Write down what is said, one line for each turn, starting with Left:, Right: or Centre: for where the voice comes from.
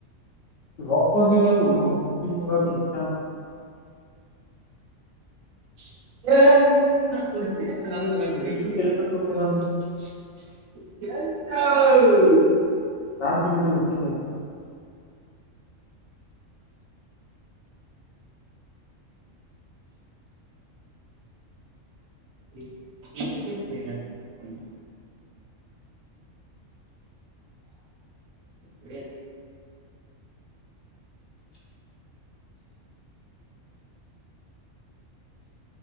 Left: ರೊಪ್ಪದಿರಲು ಹಸಿಮರನ್ನ
Right: ಹ ಅಳ್ <inaudible>
Left: ಇದು ಕೆಲಸ ಮಾಡಿದ
Right: ತ
Left: ನಾಲ್ಕ್ ಕಲಮೀಟರ್ ಉಂಟದು
Right: ಈ ಕಗ <inaudible> ಹ್ಮ್ಮ್. <unintelligible> ಹ್ಮ್ಮ್.
Left: ಹ್ಮ್ಮ್. <inaudible>